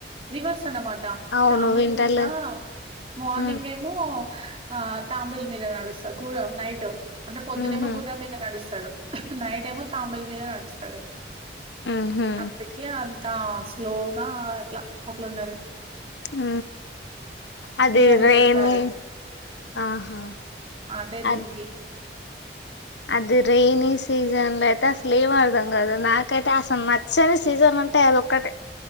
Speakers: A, on the right; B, on the left.
A: రివర్స్ అన్నమాట
B: అవును
A: తాబేలు
B: వింటర్లు
A: మీద మార్నింగ్
B: ఉమ్
A: ఏమో ఆ తాంబిల్ మీద నడుస్తాడు గుర నైట్ అంటే పొద్దున్న
B: ఉహు
A: ఏమో గుర్రం మీద నడుస్తాడు నైట్ ఏమో తాంబేలు మీద నడుస్తాడు
B: ఉహు
A: అందుకే అ ఇకా స్లోగా అట్లా అట్లన్నది
B: హ అది
A: అని
B: రైనీ
A: జేశారు.
B: హ
A: అదే దీనికి.
B: అది అది రేనీ సీజన్ లో అయితే అసలు ఏం అర్దాం కాదు నాకైతే అసలు నచ్చని సీజన్ అంటే అది ఒక్కటే